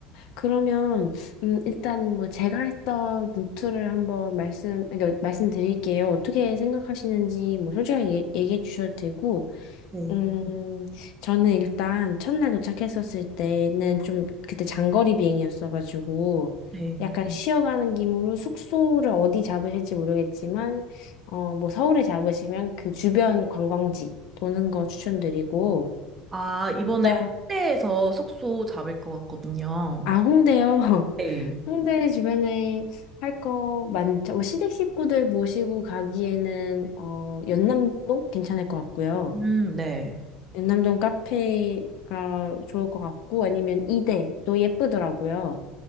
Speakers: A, on the left (about 65°); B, on the right (about 25°).
A: 그러면, 음, 일단 뭐 제가 했던 루트를 한번 말씀, 그러니까 말씀드릴게요. 어떻게 생각하시는지 뭐 솔직하게 얘기해 주셔도 되고,
B: 네.
A: 음, 저는 일단 첫날 도착했었을 때는 좀 그때 장거리 비행이었어가지고
B: 네.
A: 약간 쉬어가는 김으로 숙소를 어디 잡으실지 모르겠지만 어, 뭐 서울에 잡으시면 그 주변 관광지 도는 거 추천드리고
B: 아, 이번에
A: 일단
B: 홍대에서 숙소 잡을 것 같거든요.
A: 아 홍대요. <laughs>
B: 네.
A: 홍대 주변에 할 거 많죠. 뭐 시댁 식구들 모시고 가기에는 어, 연남동 괜찮을 것 같고요.
B: 음, 네.
A: 연남동 카페가 좋을 것 같고 아니면 이대도 예쁘더라고요.